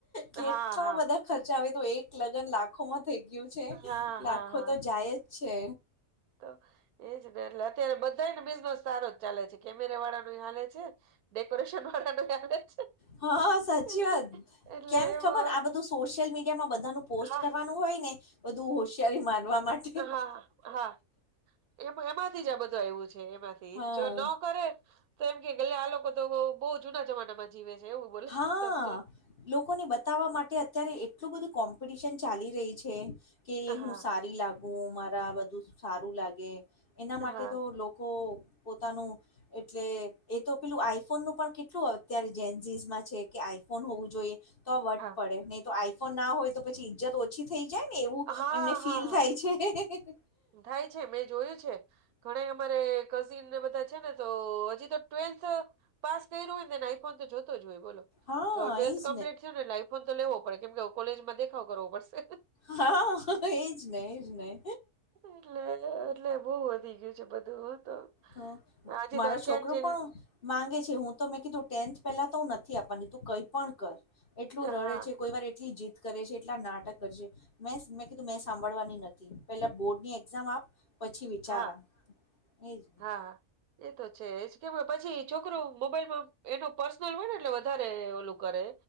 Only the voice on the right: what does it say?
હા હા
હા
હા હા
તો એજ ને એટલે અત્યારે બધાને બિઝનેસ સારો જ ચાલે છે કેમેરા વાળા ન હાલે છે. ડેકોરેશન વાળા નું હાલે છે
એટલે
એટલે
એમાં
હા
હા હા હા એમાં એમાંથી જ આ બધું આવવું છે એમાંથી
જો ન કરે તો એમ કે ગલે આ લોકો તો બહુ જૂના જમાનામાં જીવે છે. એવું બોલે
સમજે
હા
હા
હા
હા
હા હા
થાય છે મેં જોયું છે. ઘણે અમારે કને બધા છે ને તો હજી તો ટ્વેલ્થ પાસ થઈ રહ્યું હોને આઈફોન તો જો ટ્વેલથ
કલ્થ્પટ
થયું ને લાઈફો તો લેવો પડે કે કોલેજમાં દેખાવ કરવો પડશે
એટલે એટલે બહુ વધી ગયું છે બધું તો.
હજી
તો આ
ક્યાંક જઈને
હા
હા
હા હા એ તો છેજ કેમ પછી છોકરું મોબાઈલમાં એનું પર્સનલ હોય ને એટલે વધારે ઓલું કરે.